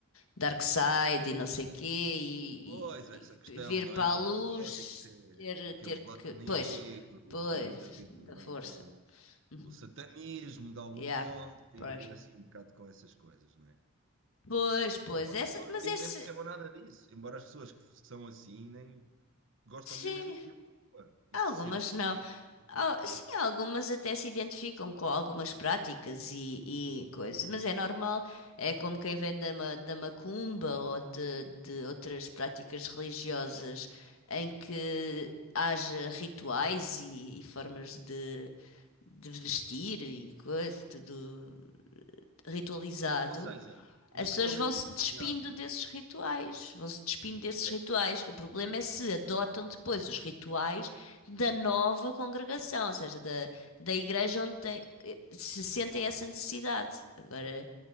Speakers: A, on the left (about 75°); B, on the right (about 65°).
A: dark side e não sei quê, e,
B: Pois, essa
A: e-
B: questão,
A: e vir
B: não
A: para
B: é? Dos
A: a luz,
B: góticos, é,
A: ter,
B: é aquele
A: ter
B: lado
A: que.
B: negro,
A: Pois, pois,
B: tem muito a ver
A: da
B: também
A: força.
B: com
A: Uhum.
B: O satanismo, de algum
A: Yeah,
B: modo, tem
A: pois.
B: a ver assim um bocado com essas coisas, não é?
A: Pois, pois,
B: Embora
A: essa,
B: as pessoas
A: mas
B: nem,
A: esse,
B: nem percebam nada disso, embora as pessoas que são assim nem gostam
A: Sim,
B: mesmo é do tempo pá, e
A: algumas
B: de ser diferente,
A: não.
B: de sentir
A: Al-
B: diferente.
A: sim, algumas até se identificam com algumas práticas e, e coisas, mas é normal. É como quem vem da, ma- da macumba ou de, de outras práticas religiosas em que haja rituais e, e formas de, de vestir e coisa, tudo ritualizado,
B: Sim, ou seja,
A: as
B: na questão
A: pessoas vão-se
B: da identidade,
A: despindo desses rituais, vão-se despindo desses
B: certo,
A: rituais. O problema é se adotam depois os rituais da nova congregação, ou seja, da, da igreja onde tem, se sentem essa necessidade. Agora